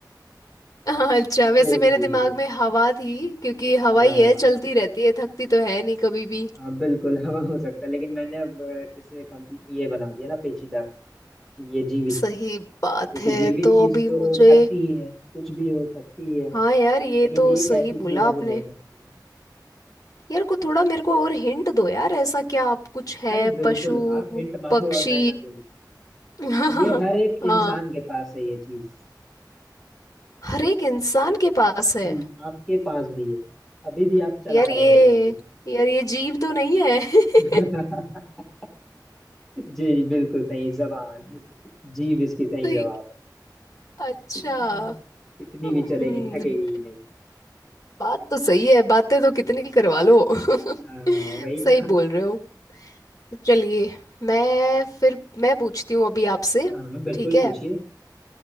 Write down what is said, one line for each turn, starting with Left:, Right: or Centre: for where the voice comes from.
Left: <laughs> हाँ, अच्छा वैसे
Centre: सोच
Left: मेरे
Centre: लीजिए
Left: दिमाग में हवा थी क्योंकि हवा
Centre: हाँ
Left: ही है चलती रहती है थकती तो है नहीं कभी भी
Centre: हाँ बिल्कुल <laughs> हवा हो सकता है लेकिन मैंने अब अ, इसे कॉम्प्लि- ये बना दिया ना पेचीदा कि ये जीवित
Left: सही
Centre: है
Left: बात
Centre: क्योंकि
Left: है
Centre: जीवित
Left: तो
Centre: चीज
Left: अभी
Centre: तो
Left: मुझे
Centre: थकती ही है कुछ भी हो थकती ही है
Left: हाँ यार
Centre: लेकिन
Left: ये तो
Centre: एक
Left: सही
Centre: ऐसी
Left: बोला
Centre: चीज है
Left: आपने
Centre: जो नहीं थकती
Left: यार को थोड़ा मेरे को और हिंट दो यार ऐसा क्या आप कुछ है
Centre: अरे बिल्कुल
Left: पशु
Centre: आप हिंट मांगो
Left: पक्षी
Centre: और मैं ना दूं
Left: <laughs> हाँ
Centre: ये हर एक
Left: हाँ
Centre: इंसान के पास है ये चीज
Left: हर एक इंसान के पास है
Centre: जी आपके पास भी है अभी भी आप चला
Left: यार
Centre: रहे
Left: ये
Centre: होगे उसे
Left: यार ये जीव तो नहीं है
Centre: <laughs>
Left: <laughs>
Centre: जी बिल्कुल सही जबान जीव इसकी सही
Left: तो
Centre: जवाब
Left: ये-
Centre: है
Left: अच्छा
Centre: कितनी
Left: हम्म,
Centre: भी चलेगी थकेगी ही नहीं
Left: बात तो सही है बातें तो कितनी करवा लो <laughs>
Centre: हाँ वही
Left: सही
Centre: ना
Left: बोल रहे हो चलिए मैं फिर मैं पूछती हूँ अभी आपसे
Centre: हाँ बिल्कुल
Left: ठीक है
Centre: पूछिए